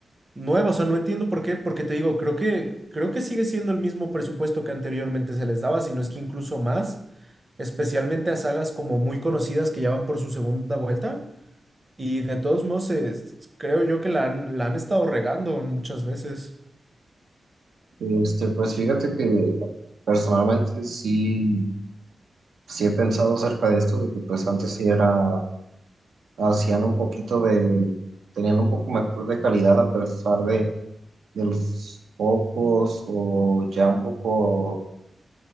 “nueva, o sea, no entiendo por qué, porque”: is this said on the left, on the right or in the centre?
Right